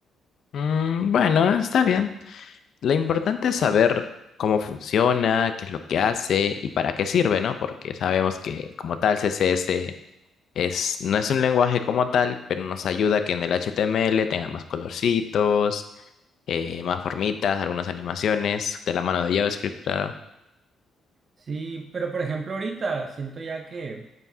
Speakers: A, on the left (about 65°); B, on the right (about 45°).
A: Mm, bueno, está bien. Lo importante es saber cómo funciona, qué es lo que hace y para qué sirve, ¿no? Porque sabemos que como tal CSS es, no es un lenguaje como tal, pero nos ayuda a que en el HTML tenga más colorcitos, eh, más formitas, algunas animaciones, de la mano de JavaScript, claro.
B: Sí, pero por ejemplo ahorita siento ya que,